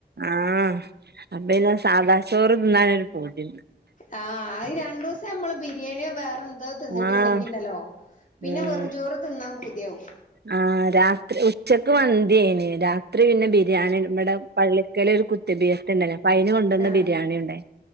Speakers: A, on the right (about 70°); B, on the left (about 45°).
A: ആഹ് അപ്പപിന്നെ സാദാ ചോറ് ത്ന്നാനൊരു പൂതിൻക്
B: ആഹ് അഹ് രണ്ടൂസം ഞമ്മള് ബിരിയാണ്യോ വേറെന്തോ തിന്നിട്ട്ണ്ടെങ്കിണ്ടല്ലോ
A: ആഹ്
B: പിന്നെ
A: ഉം
B: വെറുംചോ റ് തിന്നാൻ പൂത്യാവും
A: ആഹ് രാത്രി ഉച്ചക്ക് മന്ത്യേനി രാത്രി പിന്നെ ബിര്യാണി ബടെ പള്ളിക്കലൊരു കുത്ത്ബിയ്യത് ണ്ടേനി അപ്പയ്ന് കൊണ്ടന്ന
B: ആഹ്
A: ബിരിയാണി ണ്ടായിനി,